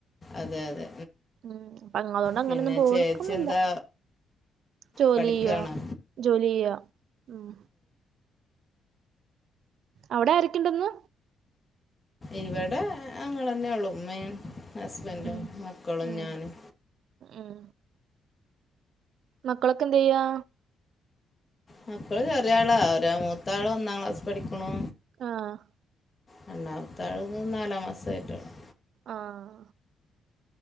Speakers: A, on the left (about 35°); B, on the right (about 65°).
A: അതെ അതെ
B: ഉം അപ്പ അങ്ങനൊണ്ട് അങ്ങനൊന്നും
A: പിന്നെ
B: പോവുക്കന്നില്ല.
A: ചേച്ചി എന്താ
B: ജോലി
A: പഠിക്കുകയാണ്
B: ചെയ്യ. ജോലി ചെയ്യ. ഉം. അവിടെ ആരക്ക്ണ്ട്ന്ന്?
A: ഇവിടെ അങ്ങല് തന്നെ ഉള്ളു. ഉമ്മേം, ഹസ്ബൻറും,
B: ഉം
A: മക്കളും,
B: ഉം
A: ഞാനും.
B: ഉം മക്കളൊക്കെ എന്ത് ചെയ്യാ?
A: മക്കളെ ചെറിയ ആളാ. ഒരാ മൂത്ത ആള് ഒന്നാം ക്ലാസി പഠിക്കണു.
B: ആഹ
A: രണ്ടാമത്തെ ആള് ഇന്ന് നാലാം മാസമായിട്ടള്ളൂ.
B: ആഹ